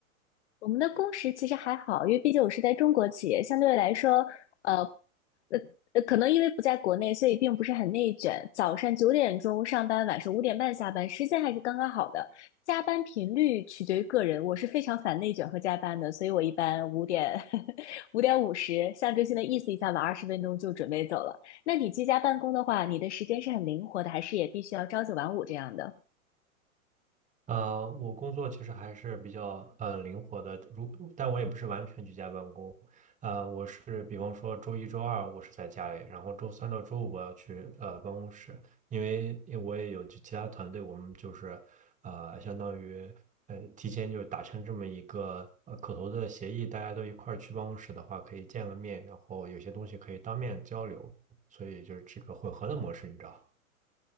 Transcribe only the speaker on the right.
呃，我工作其实还是比较呃灵活的，如但我也不是完全居家办公，呃，我是比方说周一周二我是在家里，然后周三到周五我要去呃办公室，因为因为我也有其他团队，我们就是呃相当于呃提前就达成这么一个呃口头的协议，大家都一块儿去办公室的话可以见个面，然后有些东西可以当面交流，所以就是这个混合的模式，你知道。